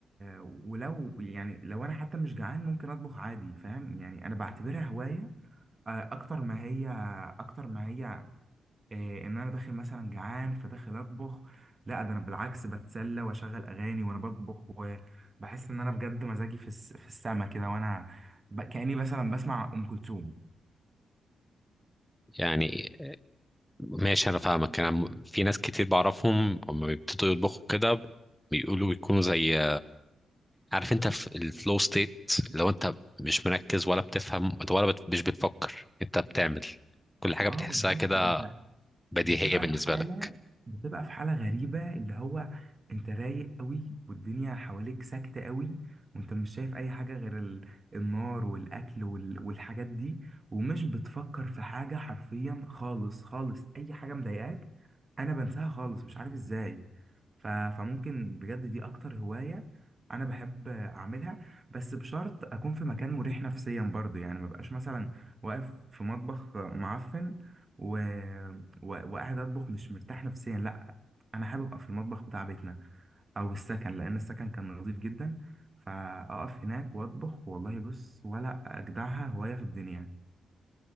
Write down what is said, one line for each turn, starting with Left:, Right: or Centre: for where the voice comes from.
Right: ولو يعني لو انا حتى مش جعان ممكن اطبخ عادي فاهم يعني انا بعتبرها هواية آه، اكتر ما هي اكتر ما هي إيه ان انا داخل مثلا جعان فداخل اطبخ لا ده انا بالعكس بتسلى واشغل اغاني وانا بطبخ وبحس ان انا بجد مزاجي في الس- في السما كده وانا ب... كاني مثلا بسمع ام كلثوم
Centre: يعني ماشي انا فاهمك انا م- في ناس كتير بعرفهم اما بيبتدوا يطبخوا كده بيقولوا بيكونوا زي عارف انت في الفلو ستيت لو انت مش مركز ولا بتفهم ولا بت... مش بتفكر انت بتعمل كل حاجه بتحسها
Right: اه بالظبط
Centre: كده
Right: انت
Centre: بديهيه
Right: بتبقى
Centre: بالنسبه
Right: في حالة
Centre: لك
Right: بتبقى في حالة غريبة اللي هو انت رايق قوي والدنيا حواليك ساكتة قوي وانت مش شايف اي حاجة غير ال- النار والاكل وال- والحاجات دي ومش بتفكر في حاجة حرفيا خالص خالص اي حاجة مضايقاك انا بنساها خالص مش عارف ازاي ف... فممكن بجد دي اكتر هواية انا بحب اعملها بس بشرط اكون في مكان مريح نفسيا برضه يعني مبقاش مثلا واقف في مطبخ معفن و... و- وقاعد اطبخ مش مرتاح نفسيا لا انا حابب ابقى في المطبخ بتاع بيتنا او السكن لان السكن كان نظيف جدا فاقف هناك واطبخ والله بص ولا اجدعها هوايه في الدنيا